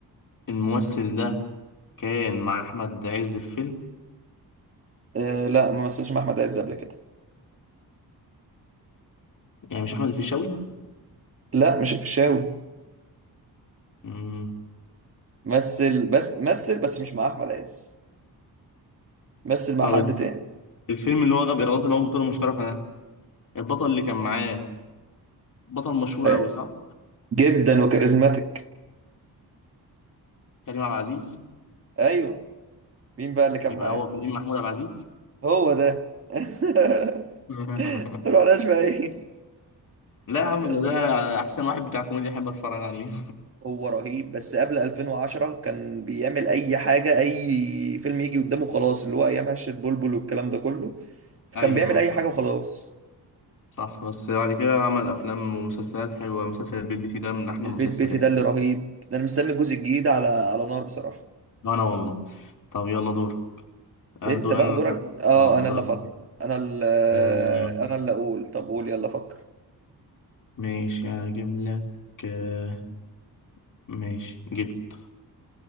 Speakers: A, on the left (about 55°); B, on the right (about 35°).
A: الممثل ده كان مع احمد عز في فيلم
B: آه لا ما مثلش مع احمد عز قبل كده
A: يعني مش احمد الفيشاوي
B: لا مش الفيشاوي
A: مم.
B: مثل بس مثل بس مش مع احمد عز مثل مع
A: طب
B: حد
A: ال-
B: تاني
A: الفيلم اللي هو غاب إيرادات اللي هو بطولة مشتركة ده البطل اللي كان معاه بطل مشهور
B: أيوة.
A: قوي صح؟
B: جدا وكاريزماتيك
A: كريم عبد العزيز
B: ايوه مين بقى اللي كان
A: يبقى
B: معاك
A: هو كريم محمود عبد العزيز
B: هو ده <laughs>
A: <laughs>
B: رحناش بقى ايه
A: لا يا عم
B: يلا
A: ده ده أحسن واحد بتاع كوميديا أحب أتفرج عليه
B: هو رهيب بس قبل 2010 كان بيعمل اي حاجه اي فيلم يجي قدامه خلاص اللي هو ايام عشه بلبل والكلام ده كله فكان
A: <laughs> أيوه
B: بيعمل اي
A: صح
B: حاجه وخلاص
A: صح بس بعد كده عمل أفلام ومسلسلات حلوة مسلسل البيت بيتي ده من أحلى
B: البيت
A: المسلسلات
B: بيتي ده اللي رهيب ده انا مستني الجزء الجديد على على نار بصراحه
A: أنا والله طب يلا دور أنا
B: انت
A: دور
B: بقى
A: أنا
B: دورك
A: اللي أحط؟
B: اه
A: أه
B: انا اللي
A: دور أنا
B: افكر انا اللي
A: آه،
B: انا اللي اقول طب قول يلا فكر
A: ماشي هجيب لك آه، ماشي جبت